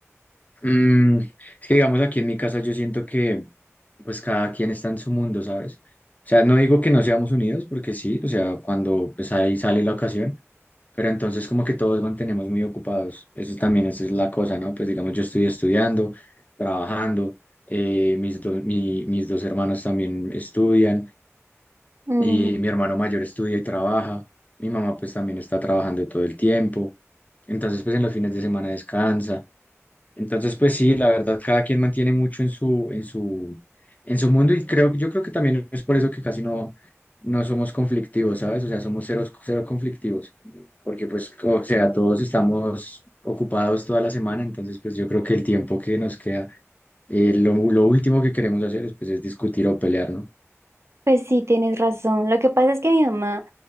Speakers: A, on the left (about 30°); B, on the right (about 60°).
A: Mm, es que digamos aquí en mi casa yo siento que pues cada quien está en su mundo, ¿sabes? O sea, no digo que no seamos unidos porque sí, o sea, cuando pues ahí sale la ocasión, pero entonces como que todos mantenemos muy ocupados. Eso también esa es la cosa, ¿no? Pues digamos yo estoy estudiando, trabajando, eh, mis, do- mi- mis dos hermanos también estudian.
B: Mm.
A: y mi hermano mayor estudia y trabaja, mi mamá pues también está trabajando todo el tiempo, entonces pues en los fines de semana descansa, entonces pues sí, la verdad cada quien mantiene mucho en su, en su, en su mundo y creo, yo creo que también es por eso que casi no, no somos conflictivos, ¿sabes? O sea, somos cero, cero conflictivos, porque pues, o sea, todos estamos ocupados toda la semana, entonces pues yo creo que el tiempo que nos queda eh, lo, lo último que queremos hacer es, pues, es discutir o pelear, ¿no?
B: Pues sí, tienes razón. Lo que pasa es que mi mamá,